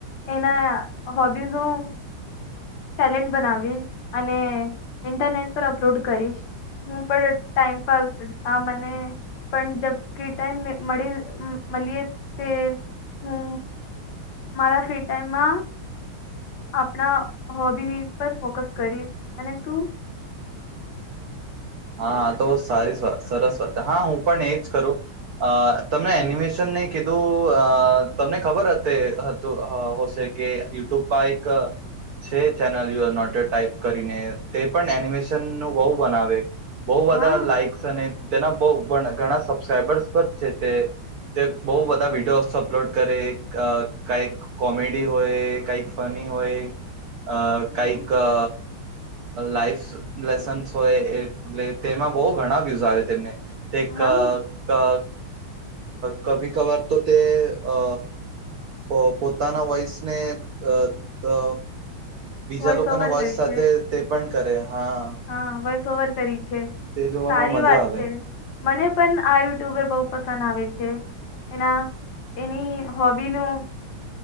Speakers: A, on the left (about 70°); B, on the right (about 80°).
A: એના હોબ્બીસોઉં ટેલેન્ટ બનાવી અને ઇન્ટરનેટ પર અપલોડ કરીશ હું પણ ટાઈમપાસ આ મને પણ જબ ફ્રી ટાઈમ <unintelligible> મળી મળીએ તે હું મારા ફ્રી ટાઈમમાં આપણા હોબી પર ફોકસ કરી અને તું
B: હા તો સારીસ વાત સરસ વાત હા હું પણ એજ કરું અ તમને એનિમેશનને કીધું અ તમને ખબર હતે હતું અ હશે કે યુટ્યુબ પર એક છે ચેનલ નોટર ટાઈપ કરીને તે પણ એનિમેશન ન બહુ બનાવે બોઉ બધા
A: હા
B: લાઈકસ અને બહ પણ ઘણા સબસ્ક્રાઈબર્સ પણ છે તે તે બહુ બધા વિડીયોસ અપલોડ કરે અ કઈક અ કોમેડી હોય કાંઈક ફની હોય અ
A: હમ,
B: કઈક અ લાાઈફ લેસન્સ હોય એ તેમાં બહ ઘણા વિસાવે વ તેમને ક
A: હા
B: ક કભી કભર તો તે અ પ પોતાના વોઈસને અ અ બીજા
A: વોઇસ
B: લોકોને
A: ઓવર
B: વશ
A: કરી
B: સાથે
A: છે
B: તે પણ કરે હા
A: હા વોઇસ ઓવર કરી છે
B: તે જોવામાં
A: સારી
B: મજા
A: વાત
B: આવે
A: છે મને પણ આ યુટ્યુબર બહુ પસંદ આવે છે એના એની હોબીનું